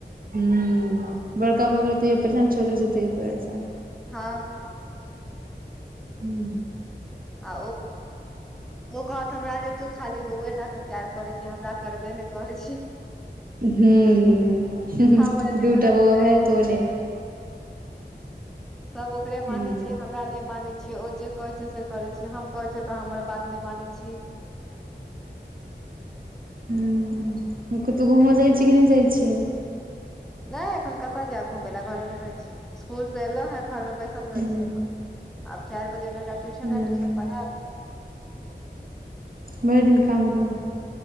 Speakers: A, on the right; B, in the centre.
A: हूँ बड़का भऽ गेलै तैओ परेशान छोट रह छै तैओ परेशान।
B: हँ।
A: हू।
B: आ, ओ कहत हमरा जे तो खाली बौएटाके प्यार करे छी हमरा करबे ने करै छै।
A: हूँ, हू
B: ईर्षा भऽ जाइ
A: दूटा
B: छै तुरत
A: बौआ
B: मे
A: भाय जेतो ओने।
B: सभ ओकरे माने
A: हूं
B: छै, हमरा नहि माने छै। छियो जे कहै छै, से करै छी हम कहै छै, तो हमर बातने मानै छै।
A: हूँ, कतौ घूमऽ जाइ छै कि नइ जाइ छै।
B: नहि एखन कतय जायब घुमय लए घरेमे रह छै स्कल से एलो हे घरमे बैस।
A: हूं
B: रहै छियै अपन आब चार बजे ट्यूशन
A: हूं
B: ट्यूशन पढ़ाएब
A: भरि दिन काम करू।